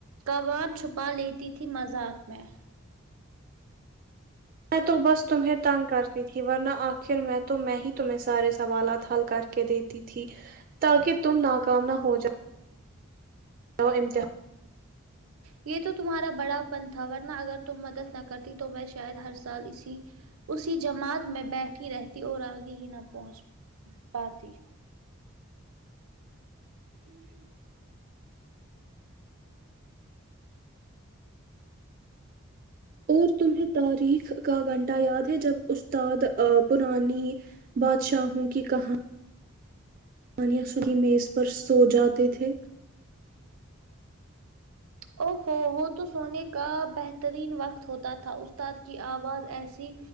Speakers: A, on the right; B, on the right.
A: قبان چھپا لیتی تھی مذاق میں
B: میں تو بس تمہیں تنگ کرتی تھی ورنہ آخر میں تو میں ہی تمہیں سارے سوالات حل کر کے دیتی تھی تاکہ تم ناکام نہ ہو جا امتحان
A: یہ تو تمہارا بڑا پن تھا ورنہ اگر تم مدد نہ کرتی تو میں شاید ہر سال اسی اسی جماعت میں بیٹھی رہتی اور آگے ہی نہ پہنچ پاتی
B: اور تمہیں تاریخ کا گھنٹہ یاد ہے جب استاد پرانی بادشاہ ہوں کی کہاں پانی اسو کی میز پر سو جاتے تھے
A: او ہوو ہو تو سونے کا بہترین وقت ہوتا تھا استاد کی آواز ایسی